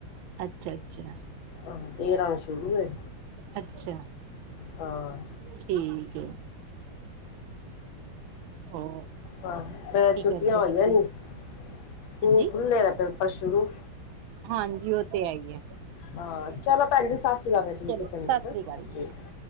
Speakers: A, on the right; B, on the left.
A: ਅੱਛਾ-ਅੱਛਾ।
B: ਆਹ ਤੇਰਾ ਨੂ ਸ਼ੁਰੂ ਏ।
A: ਅਛਾ।
B: ਹਾਂ
A: ਠੀਕ ਏ ਹੋਰ
B: ਹਾ, ਮੈਂ
A: ਕੀ
B: ਛੁੱਟੀਆਂ
A: ਕਰਦੇ
B: ਹੋਈਆਂ
A: ਤੁਸੀਂ
B: ਨੀ
A: ਹਾਂਜੀ
B: ਸਕੂਲ ਖੁੱਲੇ ਤੇ ਪੇਪਰ ਸ਼ੁਰੂ।
A: ਹਾਂਜੀ ਉਹ ਤੇ ਹੈ ਹੀ ਹੈ
B: ਹਾਂ, ਚਲੋ ਭੈਂਜੀ ਸਾਸੀ ਕਾ ਫਿਰ ਠੀਕ
A: ਚਲੋ
B: ਐ ਚੰਗਾ
A: ਸਤਿ
B: ਹੈ
A: ਸ੍ਰੀ ਅਕਾਲ ਜੀ
B: ਠੀਕ।